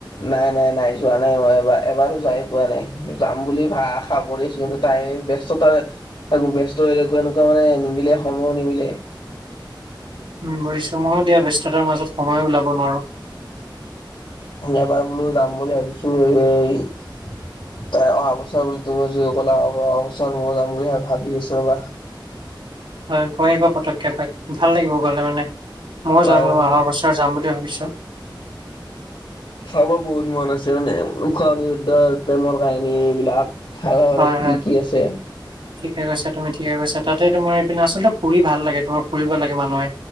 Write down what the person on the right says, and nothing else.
উম, বুজিছো মইও দিয়া ব্যস্ততাৰ মাজত সময়ে ওলাব নোৱাৰো।
হয়, গৈ আহিবা পতককে এপাক ভাল লাগিব গ'লে মানে, মইও
যাম ৰ'বা
অহা বছ ছৰ যাম বুলি ভাবিছোঁ।
হয় হয়
ঠিকে কৈছা তুমি ঠিকে কৈছা, তাতে তোমাৰ এইপিনে আচলতে ফুৰি ভাল লাগে তোমাৰ ফুৰিব লাগে মানুহে।